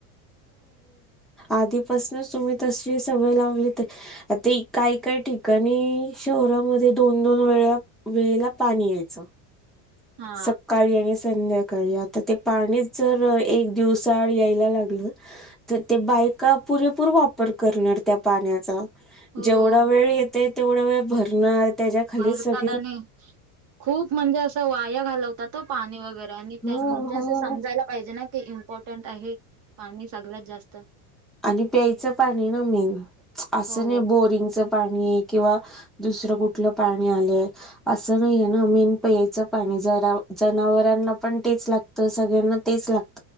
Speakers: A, on the right (about 40°); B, in the centre.
A: <unintelligible>
B: आधीपासनच तुम्ही तशी सवय लावली त आता ही काय काय ठिकाणी शहरामध्ये दोन दोन वेळा वेळेला पाणी यायचं
A: हा
B: सकाळी आणि संध्या काय आता ते पाणीच जर एक दिवसाआड यायला लागलं तर ते बायका पुरेपूर वापर करणार त्या पाण्याचा
A: हो
B: जेवढा वेळ येतय तेवढा वेळ भरणार. त्याच्या खाली
A: भरतात
B: सगळे
A: आणि खूप म्हणजे असां वाया घालवतात हो पाणी वगैरे आणि त्यां
B: हो
A: म्हणजे असे
B: हो
A: समजायला पाहिजे ना ते इम्पॉर्टंट आहे पाणी सगल्यात जास्त
B: आणि प्यायचं पाणी ना मेन असं
A: हो
B: नाय बोरिंगचं पाणी किंवा दुसरं कुठलं पाणी आलंय असं नाहीये ना मेन प्यायचं पाणी जरा जनावरांना पण तेच लागतं सगळ्यांना तेच लाग